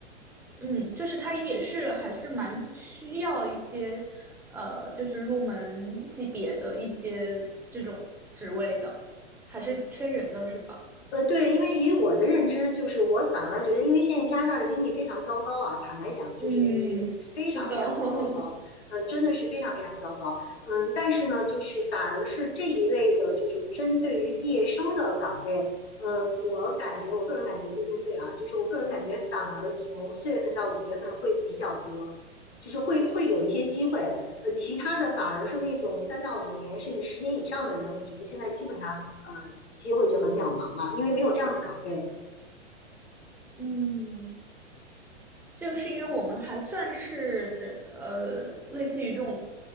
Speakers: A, in the centre; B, on the left.
A: 嗯，就是它也是还是蛮需要一些，呃，就是入门级别的一些这种职位的，还是缺人的是吧？
B: 呃，对，因为以我的认知，就是我反而觉得，因为现在加拿大的经济非常糟糕啊，坦白讲，就是嗯，
A: 嗯，
B: 非常非常的糟糕，
A: 是的，<laughs>
B: 嗯、真的是非常非常糟糕，嗯，但是呢，就是反而是这一类的，就是针对于毕业生的岗位，呃，我感觉，我个人感觉不一定对啊，就是我个人感觉反而从四月份到五月份会比较多，就是会会有一些机会，呃，其他的反而是那种三到五年甚至十年以上的人，我觉得现在基本上。呃，机会就很渺茫了，因为没有这样的岗位。
A: 嗯，就是因为我们还算是呃，类似于这种